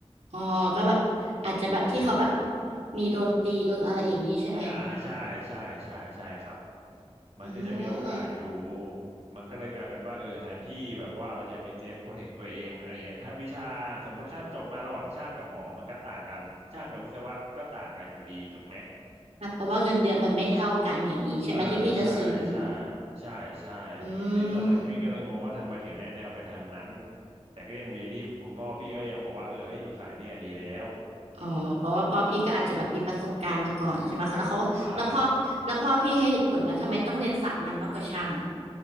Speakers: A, on the right; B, on the right.
A: อ๋อก็แบบอาจจะแบบที่เขาแบบมีโดนตีโดนอะไรอย่างนี้ใช่ไหม
B: อ่าใช่ใช่ใช่ใช่ครับ มันก็จะมีโอกาสอยู่
A: อืม
B: มันก็เลยกลายเป็นว่าเออแทนที่แบบว่าเราจะมีเซฟโปรเทคตัวเองอะไรเงี้ยถ้าวิชาอ่ะสมมติถ้าจบมาระหว่างช่างกับหมอมันก็ต่างกันช่างกับวิศวะก็ต่างกันอยู่ดีถูกไหม
A: แบบเพราะว่าเงินเดือนมันไม่เท่ากันอย่างนี้ใช่ไหมที่พี่จะซื้อ
B: เออใช่ใช่ใช่ใช่
A: อืม
B: ซึ่งตอนนั้นพี่ก็เลยงงว่าทำไมถึงแนะแนวไปทางนั้นแต่ก็ยังดีที่คุณพ่อพี่ก็ยังบอกว่าเออให้อยู่สายเนี่ยดีแล้ว
A: อ๋อเพราะว่าพ่อพี่ก็อาจจะแบบมีประสบการณ์มาก่อนใช่ไหมคะแล้วเขาแล้วพ่อแล้วพ่อพี่ให้เหตุผลมาทำไมต้องเรียนสามัญมากกว่าช่าง
B: อ่า